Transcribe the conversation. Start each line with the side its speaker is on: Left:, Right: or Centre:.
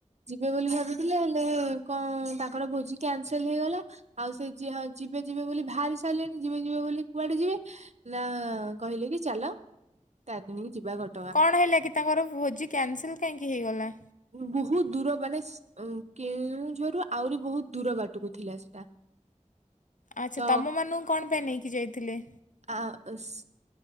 Right: ଯିବେ ବୋଲି ଭାବିଥିଲେ ହେଲେ କଣ ତାଙ୍କର ଭୋଜି କ୍ୟାନସେଲ ହେଇଗଲା। ଆଉ ସେ ଯଏ ହଁ ଯିବେ ଯିବେ ବୋଲି ବାହାରି ସାରିଲେଣି ଯିବେ ଯିବେ ବୋଲି କୁଆଡେ ଯିବେ? ନା କହିଲେ କି ଚାଲ ତାରି ଦିନ କି ଯିବା ଘ
Left: କଣ ହେଲା କି ତାଙ୍କର ଭୋଜି କ୍ୟାନସେଲ୍ କାହିଁକି ହେଇଗଲା?
Right: ବହୁତ ଦୂର ମାନେ କେଉଁଝରରୁ ଆହୁରି ବହୁତ ଦୂର ବାଟକୁ ଥିଲା ସେଟା
Left: ଆଚ୍ଛା
Right: ତ
Left: ତୁମମାନଙ୍କୁ କଣ ପାଇଁ ନେଇକି ଯାଇଥିଲେ?
Right: ଆ ସେ